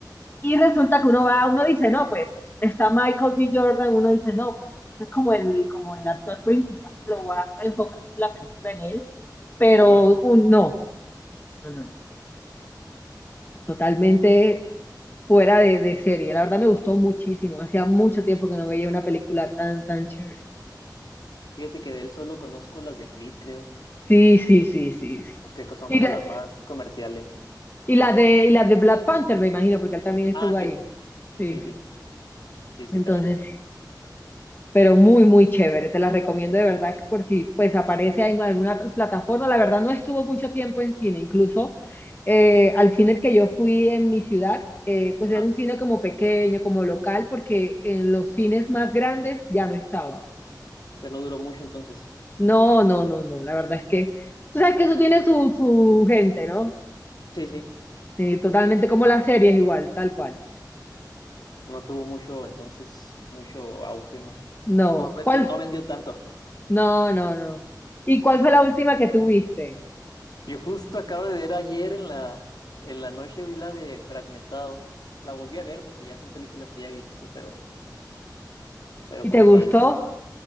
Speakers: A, on the left; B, on the left.
A: Y resulta que uno va, uno dice, no, pues, está Michael B. Jordan, uno dice, no, pues, ese es como el, como el actor principal, lo va a enfocar la película en él, pero
B: Y no,
A: un no, no, no, no, totalmente fuera de, de serie. La verdad me gustó muchísimo. Hacía mucho tiempo que no veía una película tan, tan chévere.
B: fíjate que de él solo conozco las de Creed, creo,
A: Sí, sí, sí, sí, sí.
B: porque son
A: Y
B: como
A: la,
B: las más comerciales.
A: y la de, y la de Black Panther, me imagino, porque él también estuvo
B: Ah,
A: ahí.
B: sí,
A: Sí.
B: sí, sí, sí, sí, sí,
A: Entonces,
B: también esas.
A: pero muy, muy chévere. Te la recomiendo de verdad que por si pues aparece en alguna plataforma. La verdad no estuvo mucho tiempo en cine. Incluso eh, al cine que yo fui en mi ciudad, eh, pues
B: Ajá.
A: era un cine como pequeño, como local, porque en los cines más grandes ya no estaba.
B: O sea, no duró mucho entonces.
A: No, no, no, no. La verdad es que tú sabes que eso tiene su, su gente, ¿no?
B: Sí, sí,
A: Sí, totalmente como las series igual, tal cual.
B: no tuvo mucho, entonces, mucho auge, no.
A: No.
B: No vendió,
A: ¿Cuál,
B: no vendió tanto.
A: No, no, no. ¿Y cuál fue la última que tuviste?
B: Yo justo acabo de ver ayer en la, en la noche vi la de Fragmentado. La volví a ver porque ya son películas que ya he visto, pero, pero
A: ¿Y
B: como
A: te gustó?
B: que es,